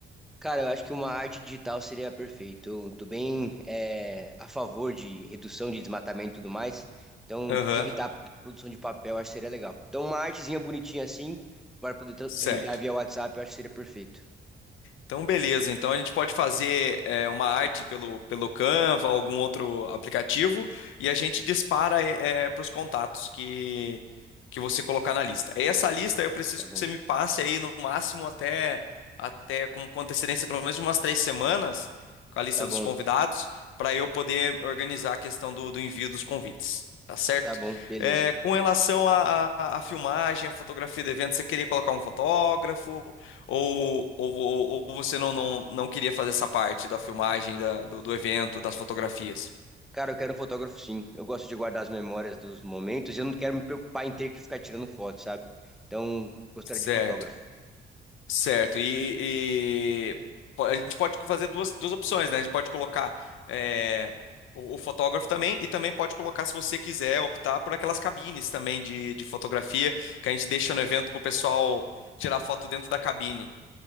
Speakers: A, in the centre; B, on the left.
A: Cara, eu acho que uma arte digital seria perfeito. Eu tô bem é, a favor de redução de desmatamento e tudo mais. Então,
B: Aham,
A: evitar a produção de papel, eu acho que seria legal. Então, uma artezinha bonitinha assim, para poder tra-
B: certo.
A: enviar via WhatsApp, eu acho que seria perfeito.
B: Então, beleza. Então, a gente pode fazer é, uma arte pelo, pelo Canva, algum outro aplicativo, e a gente dispara para os contatos que, que você colocar na lista. Essa lista eu preciso
A: Tá
B: que
A: bom,
B: você me passe aí no máximo até, até com, com antecedência, pelo menos de umas três semanas, com a lista
A: tá
B: dos
A: bom,
B: convidados, para eu poder organizar a questão do, do envio dos convites. Tá certo?
A: tá bom, beleza.
B: É, com relação à à- à filmagem, à fotografia do evento, você queria colocar um fotógrafo? Ou, ou, ou ou você não, não, não queria fazer essa parte da filmagem, da, do, do evento, das fotografias?
A: Cara, eu quero um fotógrafo sim. Eu gosto de guardar as memórias dos momentos e eu não quero me preocupar em ter que ficar tirando foto, sabe? Então, gostaria
B: Certo,
A: de fotógrafo.
B: certo. E, e po- a gente pode fazer duas, duas opções, né? A gente pode colocar é, o, o fotógrafo também, e também pode colocar, se você quiser, optar por aquelas cabines também de, de fotografia que a gente deixa no evento para o pessoal tirar foto dentro da cabine.